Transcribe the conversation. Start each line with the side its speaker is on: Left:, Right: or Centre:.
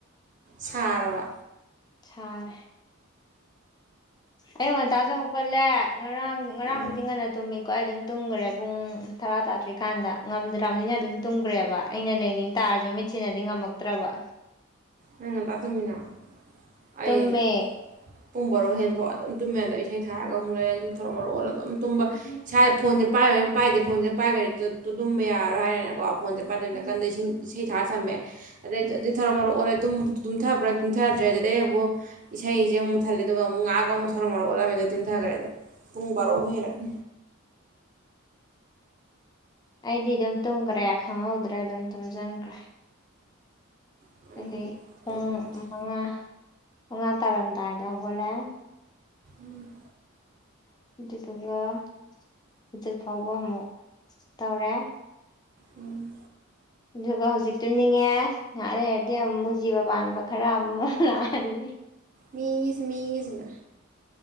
Right: ꯁꯥꯔꯕ
Left: ꯁꯥꯔꯦ ꯑꯌꯨꯛ ꯉꯟꯇꯖꯨ ꯍꯧꯒꯠꯂꯦ ꯉꯔꯥꯡ ꯉꯔꯥꯡꯕꯨꯗꯤ
Right: ꯑꯥ
Left: ꯉꯟꯅ ꯇꯨꯝꯃꯤꯀꯣ ꯑꯩ ꯑꯗꯨꯝ ꯇꯨꯝꯒ꯭ꯔꯦ ꯄꯨꯡ ꯇꯔꯥ ꯇꯥꯗ꯭ꯔꯤꯀꯥꯟꯗ ꯉꯝꯗ꯭ꯔꯝꯅꯤꯅ ꯑꯗꯨꯝ ꯇꯨꯝꯒ꯭ꯔꯦꯕ ꯑꯩꯅ ꯂꯩꯅꯤꯡ ꯇꯥꯔꯖꯨ ꯃꯤꯠꯁꯤꯅꯗꯤ ꯉꯝꯃꯛꯇ꯭ꯔꯕ
Right: ꯅꯪ ꯉꯟꯇꯥ ꯇꯝꯃꯤꯅ ꯑꯩ
Left: ꯇꯨꯝꯃꯦ
Right: ꯄꯨꯡ ꯕꯔꯣ ꯍꯦꯟꯐꯥꯎ ꯑꯗꯨꯝ ꯇꯨꯝꯃꯦ ꯑꯗꯩ ꯏꯁꯩ ꯊꯥꯔꯒ ꯑꯃꯨꯛ ꯂꯩꯔꯦ ꯑꯗꯨꯝ ꯊꯧꯔꯣ ꯃꯔꯣ ꯑꯣꯜꯂ ꯑꯗꯨꯝ ꯇꯨꯝꯕ
Left: ꯎꯝ
Right: ꯏꯁꯥ ꯐꯣꯟꯖꯦ ꯄꯥꯏꯌꯣꯏꯅ ꯄꯥꯏꯗꯦ ꯐꯣꯟꯖꯦ ꯄꯥꯏꯒ꯭ꯔꯗꯤ ꯇꯨ ꯇꯨꯝꯕ ꯌꯥꯔꯣꯏ ꯍꯥꯏꯔꯅꯤꯅꯀꯣ ꯐꯣꯟꯖꯦ ꯄꯥꯏꯗꯕꯤ
Left: ꯎꯝ
Right: ꯅꯀꯟꯗ ꯏꯁꯤꯡ ꯏꯁꯩ ꯊꯥꯔ ꯊꯝꯃꯦ ꯑꯗꯩꯗꯤ
Left: ꯎꯝ
Right: ꯑꯗꯩ ꯊꯥꯔꯣ ꯃꯥꯔꯣ ꯑꯣꯜꯂꯦ ꯇꯨꯝ ꯇꯨꯝꯊꯕ꯭ꯔꯥ ꯇꯨꯝꯊꯗ꯭ꯔꯦ ꯑꯗꯨꯗꯩ ꯑꯃꯨꯛ ꯏꯁꯩꯖꯦ ꯑꯃꯨꯛ ꯃꯨꯠꯊꯠꯂꯦ ꯑꯗꯨꯒ ꯑꯃꯨꯛ ꯉꯥꯍꯛ ꯑꯃꯨꯛ ꯊꯥꯔꯣ ꯃꯔꯣ ꯑꯣꯜꯂꯝꯃꯦꯗꯩ ꯇꯨꯝꯊꯥꯒ꯭ꯔꯦ ꯑꯗꯨꯝ ꯄꯨꯡ ꯕꯥꯔꯣꯕꯨ
Left: ꯎꯝ
Right: ꯍꯦꯜꯂꯛꯑ__
Left: ꯑꯩꯗꯤ ꯑꯗꯨꯝ ꯇꯨꯝꯒ꯭ꯔꯦ ꯈꯪꯍꯧꯗ꯭ꯔꯦ ꯑꯗꯨꯝ ꯇꯨꯝꯖꯟꯒ꯭ꯔꯦ
Right: ꯑꯩꯗꯤ
Left: ꯑꯗꯩ ꯄꯨꯡ
Right: ꯇꯧꯅꯤꯡꯗ꯭ꯔꯦ
Left: ꯃꯉꯥ ꯃꯉꯥ ꯇꯥꯔꯝꯗꯥꯏꯗ ꯍꯧꯒꯠꯂꯦ
Right: ꯎꯝ
Left: ꯑꯗꯨꯗꯨꯒ ꯍꯧꯖꯤꯛ ꯐꯥꯎꯕ ꯑꯃꯨꯛ ꯇꯧꯔꯦ
Right: ꯎꯝ
Left: ꯑꯗꯨꯒ ꯍꯧꯖꯤꯛ ꯇꯨꯝꯅꯤꯡꯉꯦ ꯉꯍꯥꯛ ꯂꯩꯔꯗꯤ ꯑꯃꯨꯛ ꯖꯤꯕ ꯄꯥꯟꯕ ꯈꯔ ꯑꯃꯨꯛ ꯂꯥꯛꯑꯅꯤ
Right: ꯃꯤꯁ ꯃꯁꯤꯅ